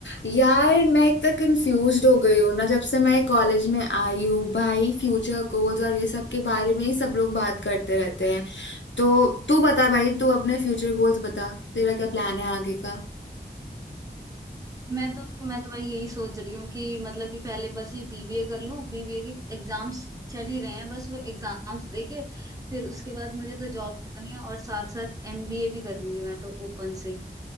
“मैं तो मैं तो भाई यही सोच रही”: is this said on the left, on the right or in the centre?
Right